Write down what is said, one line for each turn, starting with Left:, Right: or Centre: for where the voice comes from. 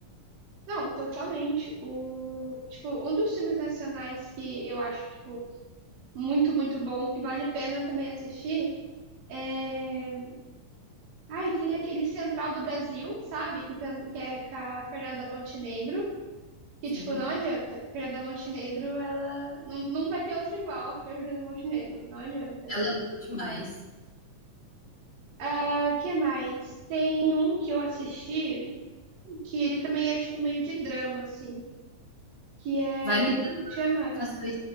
Right: Não, totalmente. O, tipo, um dos filmes nacionais que eu acho, tipo, muito, muito bom, que vale a pena também assistir, é... Ai, tem aquele Central do Brasil, sabe? Que, tam- que é com a Fernanda Montenegro. Que,
Left: Sim,
Right: tipo, não adianta. Fernanda Montenegro, ela. Não, não vai ter outra igual a Fernanda Montenegro. Não adianta.
Left: ela é boa demais.
Right: Ah, que mais? Tem um que eu assisti que ele também é, tipo, meio de drama, assim. Que é.
Left: Vai me dar
Right: Como que chama?
Left: indicações,